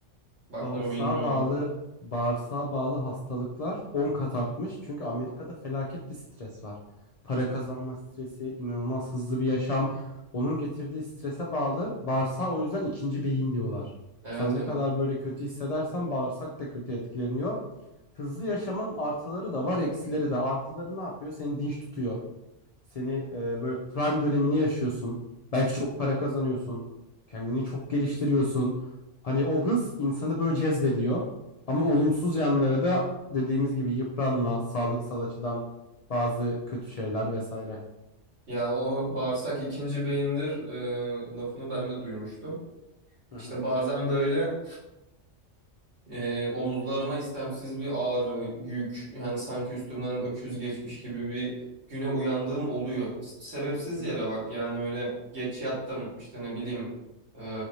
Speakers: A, on the right; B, on the left.
A: bak
B: Bağırsağa
A: bunu bilmiyordum
B: bağlı bağırsağa bağlı hastalıklar 10 kat artmış. Çünkü Amerika'da felaket bir stres var. Para kazanma stresi, inanılmaz hızlı bir yaşam. Onun getirdiği strese bağlı bağırsağa o yüzden ikinci beyin diyorlar.
A: evet
B: Sen ne
A: evet
B: kadar böyle kötü hissedersen bağırsak da kötü etkileniyor. Hızlı yaşamın artıları da var, eksileri de. Artıları ne yapıyor? Seni dinç tutuyor. Seni e, böyle prime dönemini yaşıyorsun. Belki çok para kazanıyorsun. Kendini çok geliştiriyorsun. Hani o hız insanı böyle cezbediyor. Ama olumsuz yanları da dediğimiz gibi yıpranma, sağlıksal açıdan bazı kötü şeyler vesaire.
A: Ya o bağırsak ikinci beyindir e, lafını ben de duymuştum.
B: Hı
A: İşte
B: hı.
A: bazen böyle e, omuzlarıma istemsiz bir ağrı, yük yani sanki üstümden öküz geçmiş gibi bir güne uyandığım oluyor. S- Sebepsiz
B: Hı
A: yere
B: hı.
A: bak yani öyle geç yattım işte ne bileyim e,